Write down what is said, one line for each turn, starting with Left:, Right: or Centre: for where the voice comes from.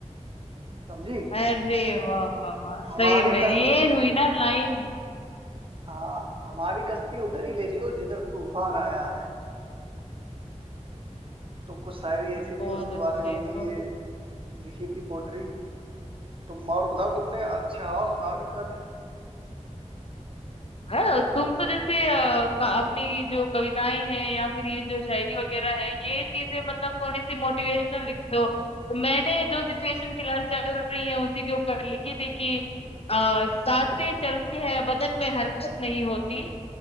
Right: समझी
Left: अरे वाह वाह वाह
Right: हमारी
Left: सही में ये
Right: कश्ती
Left: हुई ना लाइन
Right: हाँ हमारी कश्ती उधर ही ले चलो जिधर तूफान आया है तो कुछ शायरी ऐसी
Left: बहुत
Right: थी उसके बारे
Left: अच्छे
Right: में हमने
Left: बहुत
Right: ये लिखी थी पोट्री तुम और बताओ तुमने अच्छा और सुनाओ एक आध
Left: अरे तुम तो जैसे अ, का- अपनी जो कविताएं हैं या फिर ये जो शायरी वगैरह है ये चीजें मतलब थोड़ी सी मोटिवेशनल लिखते हो मैंने जो सिचुएशन फिलहाल चल रही है उसी के ऊपर लिखी थी कि आ, सांसें चलती है बदन में हरकत नहीं होती